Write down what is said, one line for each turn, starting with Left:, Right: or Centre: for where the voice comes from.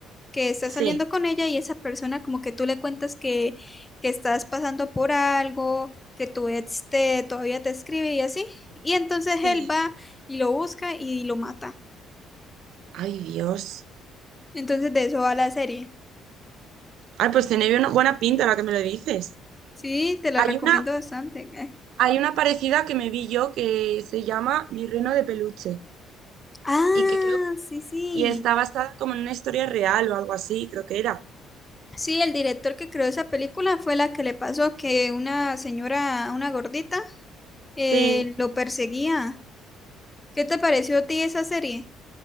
Left: que está
Right: Sí,
Left: saliendo con ella y esa persona como que tú le cuentas que, que estás pasando por algo, que tu ex te, todavía te escribe y así. Y entonces
Right: Sí.
Left: él va y lo busca y lo mata.
Right: ay, Dios.
Left: Entonces de eso va la serie.
Right: Ay, pues tiene una buena pinta ahora que me lo dices.
Left: Sí, te la
Right: Hay
Left: recomiendo
Right: una,
Left: bastante. eh.
Right: hay una parecida que me vi yo que se llama Mi Reno de Peluche
Left: Ah,
Right: y que creo
Left: sí, sí.
Right: y está basada como en una historia real o algo así, creo que era.
Left: Sí, el director que creó esa película fue la que le pasó que una señora, una gordita, eh,
Right: Sí,
Left: lo perseguía. ¿Qué te pareció a ti esa serie?